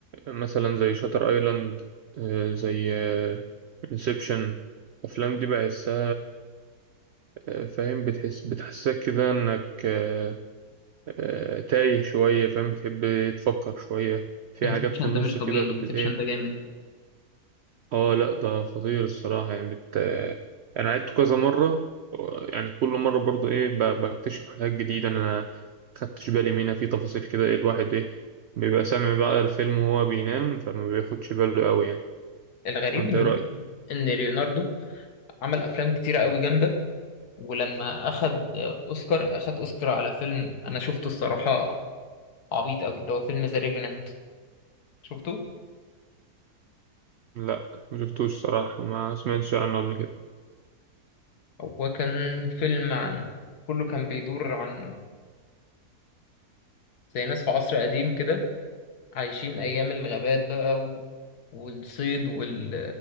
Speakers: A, on the right; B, on the left.
A: مثلا زي شاتر آيلاند آه، زي انسبشن الأفلام دي بحسها آه، فاهم بتحس بتحسسك كده إنك آه، آه، تايه شوية فاهم بتحب تفكر شوية في
B: انسبشن
A: حاجات في النص
B: ده مش طبيعي
A: كده بت-
B: انسبشن
A: إيه
B: ده جامد
A: اه لا ده خطير الصراحة يعني بت... انا عدت كذا مرة يعني كل مرة برضو ايه ب... بكتشف حاجات جديدة انا ما خدتش بالي منها في تفاصيل كده ايه الواحد ايه بيبقى سامع بقى الفيلم وهو بينام فما بياخدش باله قوي يعني
B: الغريب
A: وانت
B: ان
A: ايه رأيك
B: ان ليوناردو عمل افلام كتيره قوي جامده ولما اخد اوسكار اخد اوسكار على فيلم انا شفته الصراحه عبيط قوي ده هو فيلم ذا ريفينانت شفته
A: لا ما شفتوش صراحة ما سمعتش عنه قبل كده
B: هو كان فيلم عن كله كان بيدور عن زي ناس في عصر قديم كده عايشين ايام الغابات بقى و... والصيد وال...